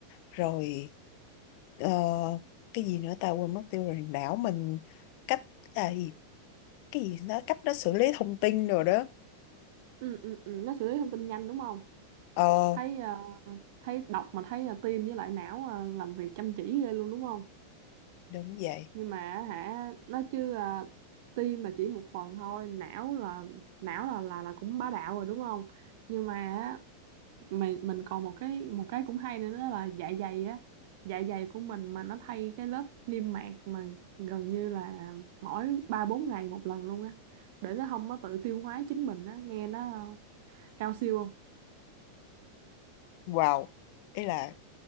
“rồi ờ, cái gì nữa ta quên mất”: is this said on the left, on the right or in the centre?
Left